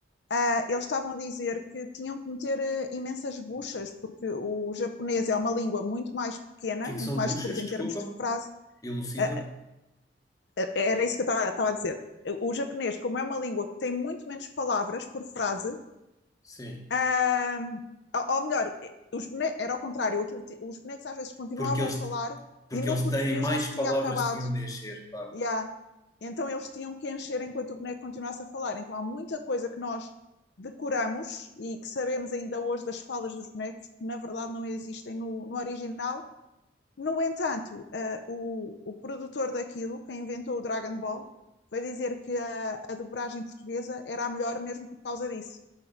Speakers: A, on the left; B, on the left.
A: Ah, eles estavam a dizer que tinham que meter eh, imensas buchas, porque o japonês é uma língua muito mais pequena,
B: que é que
A: muito
B: são
A: mais
B: buchas?
A: curta
B: Desculpa,
A: em termos de frase.
B: elucida.
A: Ah, ah, era isso que eu estava a dizer. O japonês, como é uma língua que tem muito menos palavras por frase,
B: Sim.
A: Ah, ou ou melhor, os bone- era ao contrário, aquilo ti- os bonecos às vezes continuavam
B: Porque eles,
A: a falar
B: porque
A: e no
B: eles
A: português
B: têm mais
A: já se
B: palavras
A: tinha acabado.
B: que tinham de encher, claro.
A: Yeah. Então eles tinham que encher enquanto o boneco continuasse a falar. Então há muita coisa que nós decoramos e que sabemos ainda hoje das falas dos bonecos que na verdade não existem no, no original. No entanto, ah, o, o produtor daquilo, quem inventou o Dragon Ball, foi dizer que a, a dobragem portuguesa era a melhor mesmo por causa disso.